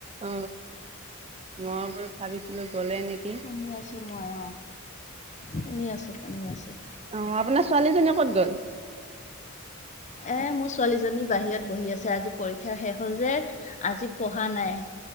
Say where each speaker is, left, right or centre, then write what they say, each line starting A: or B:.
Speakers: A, on the right; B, on the left.
A: অ, মই বোলো ভাবিছিলো গলেই নেকি?
B: শুনি আছোঁ মই অ, শুনি আছোঁ, শুনি আছোঁ।
A: অ, আপোনাৰ ছোৱালীজনীয়ে ক'ত গ'ল?
B: এ মোৰ ছোৱালীজনী বাহিৰত বহি আছে আজি পৰীক্ষা শেষ হল যে - আজি পঢ়া নাই।